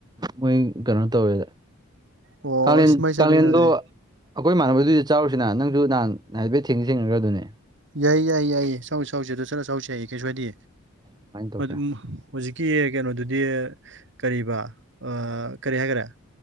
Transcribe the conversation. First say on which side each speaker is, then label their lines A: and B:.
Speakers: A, on the right (about 20°); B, on the right (about 55°).
A: ꯃꯣꯏ ꯀꯩꯅꯣ ꯇꯧꯋꯦꯗ
B: ꯑꯣ
A: ꯀꯥꯡꯂꯦꯟ
B: ꯑꯁ ꯃꯩ ꯆꯠꯂꯦ
A: ꯀꯥꯡꯂꯦꯟꯗꯣ
B: ꯀꯩꯅꯣ ꯑꯗꯨꯗꯤ
A: ꯑꯈꯣꯏ ꯏꯃꯥꯟꯅꯕꯗꯨꯗꯤ ꯆꯥꯎꯔꯨꯁꯤꯅ ꯅꯪꯁꯨ ꯅꯍꯥꯟ ꯍꯥꯏꯐꯦꯠ ꯊꯦꯡꯗꯤ ꯊꯦꯡꯅꯈ꯭ꯔꯗꯨꯅꯤ
B: ꯌꯥꯏ ꯌꯥꯏ ꯌꯥꯏ ꯆꯥꯎꯁꯤ ꯆꯥꯎꯁꯤ ꯑꯗꯨꯗ ꯆꯠꯂ ꯆꯥꯎꯁꯤ ꯌꯥꯏꯌꯦ ꯀꯩꯁꯨ ꯀꯥꯏꯗꯤ
A: ꯑꯗꯨꯃꯥꯏꯅ ꯇꯧꯁꯦ
B: ꯑꯗꯨ ꯍꯧꯖꯤꯛꯀꯤ ꯀꯩꯅꯣꯗꯨꯗꯤ ꯀꯔꯤꯕ ꯑꯥ ꯀꯔꯤ ꯍꯥꯏꯒ꯭ꯔꯦ